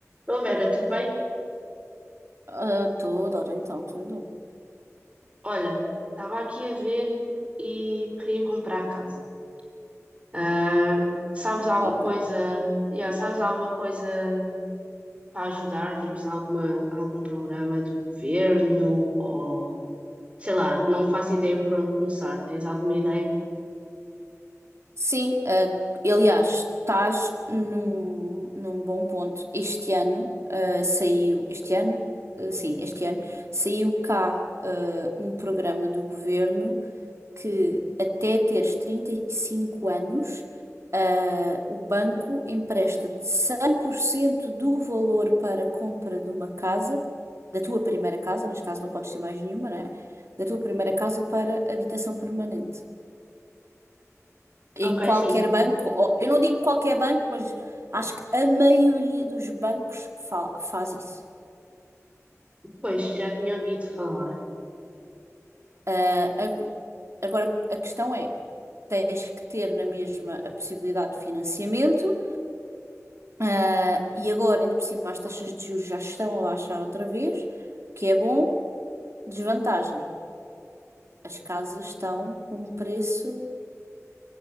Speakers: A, on the right; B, on the right.
A: Ô Vera, tudo bem?
B: Ah, toda hora então, tudo.
A: Olha, estava aqui a ver e queria comprar casa. Ah, sabes alguma
B: Ok.
A: coisa? Yeah, sabes alguma coisa para ajudar? Tipo, se alguma algum programa do governo ou sei lá, não faço ideia por onde começar. Tens alguma ideia?
B: Sim, ah, aliás, estás num, num bom ponto. Este ano ah, saiu, este ano, Ah, sim, este ano, saiu cá ah, um programa do governo que até teres 35 anos, ah, o banco empresta-te 100% do valor para a compra de uma casa, da tua primeira casa, neste caso não podes ter mais nenhuma, né? Da tua primeira casa para habitação permanente. Em
A: Ok,
B: qualquer
A: sim,
B: banco, ou- eu não digo qualquer banco, mas acho que a maioria dos bancos fa- faz isso.
A: pois já tinha ouvido falar.
B: Ah, ag- agora, a questão é, tens que ter na mesma a possibilidade de financiamento, Ah, e agora, ainda por cima, as taxas de juros já estão a baixar outra vez, o que é bom. Desvantagem: as casas estão com um preço